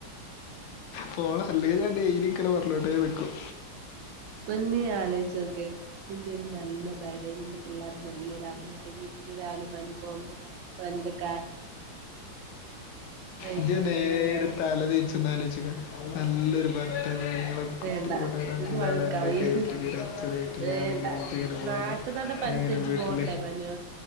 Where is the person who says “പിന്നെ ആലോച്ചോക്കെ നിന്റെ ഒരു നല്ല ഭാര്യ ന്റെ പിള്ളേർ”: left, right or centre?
Right